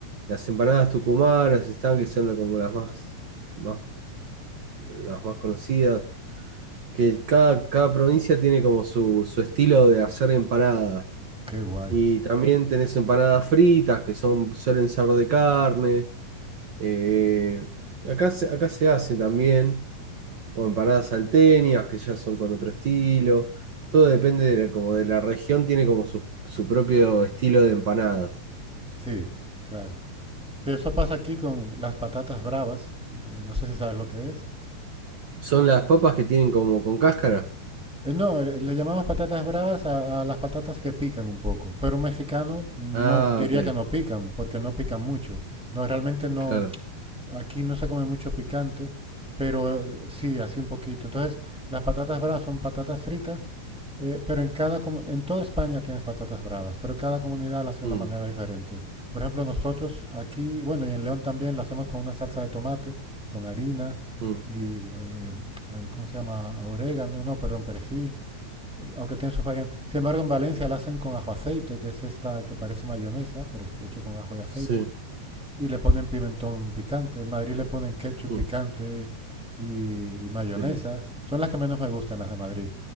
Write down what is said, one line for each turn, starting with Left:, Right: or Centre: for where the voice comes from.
Right: las empanadas tucumanas están que son la- como las más, más, las más conocidas. que cada, cada provincia tiene como su, su estilo de hacer empanadas.
Centre: qué guay.
Right: Y también tenés empanadas fritas, que son, suelen ser de carne. eh, acá se, acá se hace también, o empanadas salteñas, que ya son con otro estilo. Todo depende de la, como de la región, tiene como su, su propio estilo de empanadas.
Centre: Sí, claro. Sí, eso pasa aquí con las patatas bravas, eh, no sé si sabes lo que es.
Right: Son las papas que tienen como con cáscara.
Centre: Eh, No, eh, le llamamos patatas bravas a, a las patatas que pican un poco, pero un mexicano no
Right: Ah,
Centre: diría
Right: ok,
Centre: que no pican, porque no pican mucho. No, realmente no,
Right: claro.
Centre: aquí no se come mucho picante, pero eh, sí, así un poquito. Entonces, las patatas bravas son patatas fritas, eh, pero en cada, comu- en toda España tienes patatas bravas, pero cada comunidad las hace de
Right: Mm,
Centre: una manera diferente. Por ejemplo, nosotros aquí, bueno, y en León también las hacemos con una salsa de tomate, con harina
Right: mm,
Centre: y, eh, eh, ¿cómo se llama? Orégano, no, perdón, perejil aunque tiene sus variantes. Sin embargo, en Valencia la hacen con ajo aceite, que es esta que parece mayonesa, pero es hecho con ajo y aceite.
Right: sí,
Centre: Y le ponen pimentón picante. En Madrid le ponen ketchup
Right: mm,
Centre: picante y, y mayonesa.
Right: sí,
Centre: Son las que menos me gustan, las de Madrid.